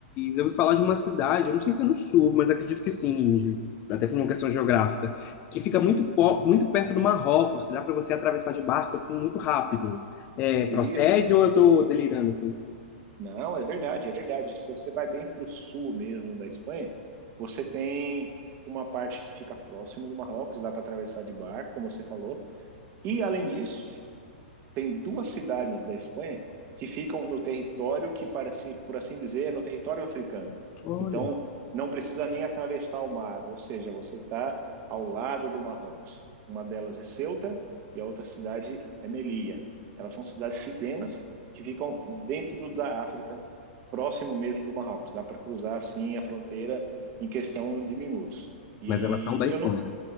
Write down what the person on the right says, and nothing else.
Hum,
isso.
Não, é verdade, é verdade. Se você vai bem para o sul mesmo da Espanha, você tem uma parte que fica próximo do Marrocos, dá para atravessar de barco, como você falou. E além disso, tem duas cidades da Espanha que ficam no território que, para si- por assim dizer, é no território africano.
Então, não precisa nem atravessar o mar, ou seja, você está ao lado do Marrocos. Uma delas é Ceuta e a outra cidade é Melilla. Elas são cidades pequenas que ficam dentro da África, próximo mesmo do Marrocos. Dá para cruzar assim a fronteira em questão de minutos. E
eu não,